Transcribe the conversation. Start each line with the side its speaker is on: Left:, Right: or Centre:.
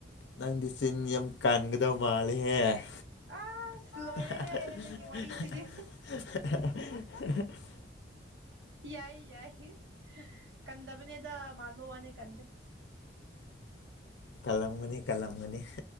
Left: ꯅꯪꯗꯤ ꯆꯤꯟ ꯌꯥꯝ ꯀꯥꯟꯒꯗꯧ ꯃꯥꯜꯂꯦꯍꯦ
Right: ꯑꯁ ꯂꯣꯏꯔꯦꯍꯦ
Left: <unintelligible>
Right: ꯅꯪꯒꯤ ꯋꯥꯔꯤꯁꯤꯗꯤ ꯌꯥꯏ ꯌꯥꯏ ꯀꯟꯗꯕꯅꯦꯗ ꯃꯥꯟꯕ ꯋꯥꯅꯤ ꯀꯟꯗꯦ
Left: ꯀꯂꯝꯒꯅꯤ ꯀꯂꯝꯒꯅꯤ